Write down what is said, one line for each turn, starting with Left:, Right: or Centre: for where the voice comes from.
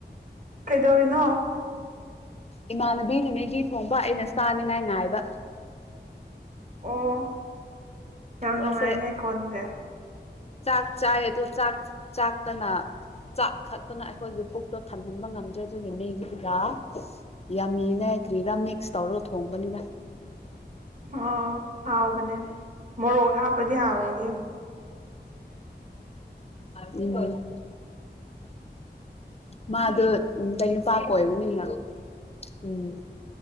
Right: ꯀꯩꯗꯧꯔꯤꯅꯣ
Left: ꯏꯃꯥꯟꯅꯕꯤ ꯅꯨꯃꯤꯒꯤ ꯊꯣꯡꯕ ꯑꯩꯅ ꯆꯥꯅꯤꯉꯥꯏ ꯉꯥꯏꯕ
Right: ꯑꯣ ꯌꯥꯝ
Left: ꯃꯣꯏꯁꯦ
Right: ꯅꯨꯡꯉꯥꯏꯅꯦꯀꯣꯟꯗꯤ
Left: ꯆꯥꯛ ꯆꯥꯦ ꯇꯨ ꯆꯥꯛ ꯆꯥꯛꯥꯛꯇꯅꯥ ꯆꯥꯛ ꯈꯛꯇꯅ ꯑꯩꯈꯣꯏꯒꯤ ꯄꯨꯛꯇꯣ ꯊꯟꯍꯟꯕ ꯉꯝꯗ꯭ꯔꯦ ꯑꯗꯨꯒꯤ ꯃꯤꯒꯤ ꯄꯨꯔꯥ ꯌꯥꯝꯃꯤꯅꯦ ꯉꯥꯏ ꯀ꯭ꯔꯤꯗꯝ ꯅꯦꯛꯁ ꯇꯧꯔꯒ ꯊꯣꯡꯕꯅꯤꯅ
Right: ꯑꯣ ꯍꯥꯎꯕꯅꯤꯅꯦ ꯃꯣꯔꯣꯛ ꯍꯥꯄꯗꯤ ꯍꯥꯥꯎꯦꯅꯦ
Left: ꯎꯝ ꯃꯥꯗꯣ ꯀ ꯅꯨꯄꯥ ꯀ ꯑꯣꯏꯕꯅꯤꯅ ꯎꯝ